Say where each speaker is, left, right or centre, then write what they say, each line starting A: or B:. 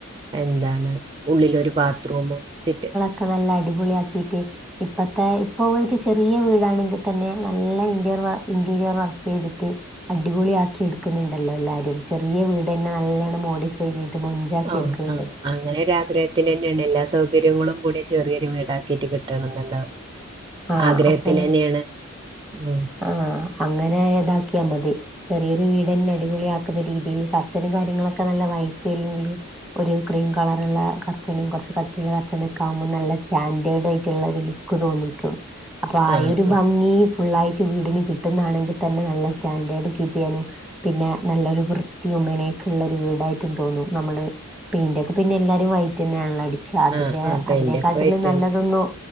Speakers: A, on the right; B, in the centre.
A: എന്താണ് ഉള്ളിലൊരു ബാത്റൂമും സിറ്റ്
B: ഇക്ക നല്ല അടിപൊളിയാക്കീറ്റ് ഇപ്പത്തെ ഇപ്പൊ ഓവ് വെച്ച ചെറിയ വീടാണെങ്ക് തന്നെ നല്ല ഇന്റേർവ ഇന്റീരിയർ വർക്ക് ചെയ്തിട്ട് അടിപൊളിയാ ക്കി ഇട്ക്ക്ന്ന്ണ്ടല്ലോ എല്ലാരും ചെറിയ വീട് എന്ന നല്ലണം മോഡിഫൈ ചീത് മൊഞ്ചാക്കി
A: ആ
B: എത്ക്ക്ന്ന്ണ്ട്
A: ആ അങ്ങനെ ഒര് ആഗ്രഹത്തിലെന്നേണ് എല്ലാ സൗകര്യങ്ങളും കൂടിയ ചെറിയൊര് വീടാക്കീറ്റ് കിട്ടണംന്ന്ണ്ട്
B: ആഹ്
A: ആഗ്രഹത്തിലെന്നേണ്
B: അപ്പൊ
A: ഉം
B: ആഹ് അങ്ങനെ യതാക്കിയാ മതി ചെറിയൊരു വീടെന്നെ അടിപൊളിയാക്ക്ന്ന രീതിയില് കർട്ടനും കാര്യങ്ങളൊക്കെ നല്ല വൈറ്റ് എല്ലെങ്കില് ഒരു ക്രീം കളറ്ള്ള കർച്ചനും കാെറച്ച് കട്ടിള്ള കറ്ട്ടനാെക്ക ആവുമ്പൊ നല്ല സ്റ്റാൻന്റേഡ് ഐറ്റ്ള്ള ഒരു ലു ക്ക്‌തോന്ന്ക്കും അപ്പൊ
A: ആ
B: ആയൊരു
A: ആ
B: ഭംഗി ഫുള്ളായി റ്റ് വീട്ന് കിട്ട്ന്നാണെങ്ക് തന്നെ നല്ല സ്റ്റാൻഡേർഡ് കീപ്പിയ്യാനും പിന്നെ നല്ലൊരു വൃത്തിയും മെനയെക്ക്ള്ള ഒരു വീടായിട്ടും തോന്നും നമ്മള് പെെന്റെക്കെ പിന്നെ എല്ലാരും വൈറ്റ് എന്നേണ്ലടി ഖത്
A: ആ
B: നെ
A: ആ പെയിന്റൊക്കെ
B: അത് നേക്കാട്ടിലും
A: വൈറ്റ്
B: നല്ലതൊന്നും
A: തന്നെ